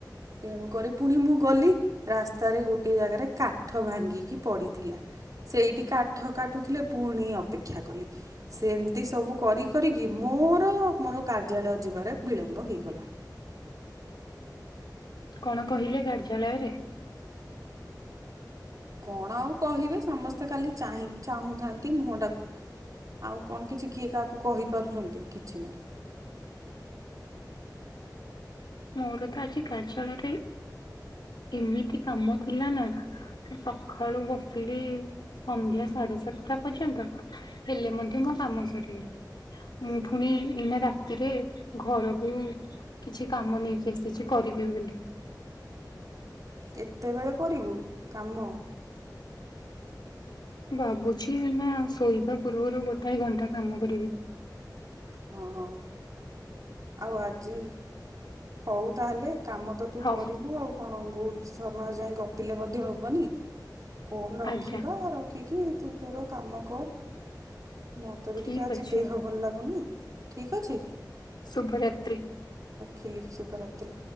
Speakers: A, on the right (about 50°); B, on the left (about 80°).
A: ତେଣୁକରି ପୁଣି ମୁଁ ଗଲି ରାସ୍ତାରେ ଗୋଟିଏ ଜାଗାରେ କାଠ ଭାଙ୍ଗିକି ପଡ଼ିଥିଲା, ସେଇଠି କାଠ କାଟୁଥିଲେ ପୁଣି ଅପେକ୍ଷା କଲି, ସେମିତି ସବୁ କରି କରିକି ମୋର-ମୋର କାର୍ଯ୍ୟାଳୟ ଯିବାରେ ବିଳମ୍ବ ହେଇଗଲା,
B: କଣ କହିଲେ କାର୍ଯ୍ୟାଳୟରେ,
A: କଣ ଆଉ କହିବେ ସମସ୍ତେ ଖାଲି ଚାହିଁ ଚାହୁଁଥାନ୍ତି ମୁହଁ ଟାକ୍ ଆଉ କଣ କିଛି କିଏ କାହାକୁ କହିପାରୁଛନ୍ତି କିଛି ନାହିଁ,
B: ମୋର ତ ଆଜି କାର୍ଯ୍ୟାଳୟରେ ଏମିତି କାମ ଥିଲା ନା, ମୁଁ ସଖାଳୁ ବସିଲି ସନ୍ଧ୍ୟା ସାଢ଼େ ସାତଟା ପର୍ଯ୍ୟନ୍ତ, ହେଲେ ମଧ୍ୟ ମୋ କାମ ସରିନି, ମୁଁ ଫୁଣି ଏଇନା ରାତିରେ ଘରକୁ, କିଛି କାମ ନେଇକି ଆସିଛି କରିବି ବୋଲି,
A: କେତେବେଳେ କରିବୁ କାମ?
B: ଭାବୁଛି ଏଇନା ଶୋଇବା ପୂର୍ବରୁ ଗୋଟାଏ ଘଣ୍ଟା କାମ କରିବି,
A: ହଁ-ହଁ, ଆଉ ଆଜି ହଉ ତାହେଲେ କାମ ତ ତୁ
B: ହଉ
A: କରିବୁ ଆଉ, କଣ ବହୁତ୍ ସମୟ ଯାଏ ଗପିଲେ ମଧ୍ୟ ହବନି ଫୋନ ରଖିବା
B: ଆଜ୍ଞା
A: ର ରଖିକି ତୁ ତୋର କାମ କର ମୋତେ
B: ଠିକ
A: ବି ଟିକେ ଆଜି
B: ଅଛି
A: ଦେହ ଭଲ ଲାଗୁନି, ଠିକ୍ ଅଛି,
B: ଶୁଭ ରାତ୍ରି,
A: ଖିଲି ଶୁଭ ରାତ୍ରି,